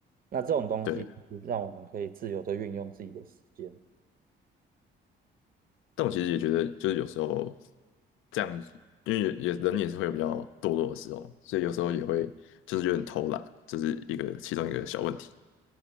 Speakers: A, on the right; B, on the left.
A: 那这种东西是让我们可以自由的运用自己的时间。
B: 对。但我其实也觉得，就是有时候这样子，因为也也人也是会有比较堕落的时候，所以有时候也会就是有点偷懒，这是一个其中一个小问题。